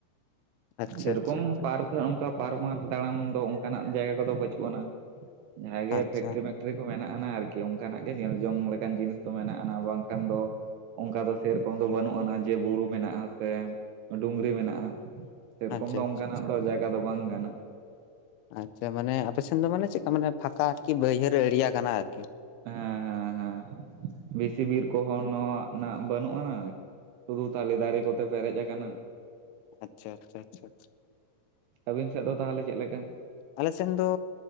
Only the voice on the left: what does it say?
ᱟᱪᱪᱷᱟ
ᱟᱪᱪᱷᱟ ᱟᱪᱪᱷᱟ
ᱟᱪᱪᱷᱟ
ᱟᱪᱪᱷᱟ
ᱟᱪᱪᱷᱟ
ᱟᱪᱪᱷᱟ ᱢᱟᱱᱮ ᱟᱯᱮᱥᱱ ᱫᱚ ᱢᱟᱱᱮ ᱪᱮᱫᱠᱟ ᱢᱟᱱᱮ ᱯᱷᱟᱠᱟ ᱟᱨᱠᱤ ᱵᱟᱹᱭᱦᱟᱹᱲ ᱮᱲᱤᱭᱟ ᱠᱟᱱᱟ ᱟᱨᱠᱤ
ᱟᱪᱪᱷᱟ ᱟᱪᱪᱷᱟ ᱟᱪᱪᱷᱟ ᱟᱪᱪᱷᱟ
ᱟᱞᱮᱥᱱ ᱫᱚ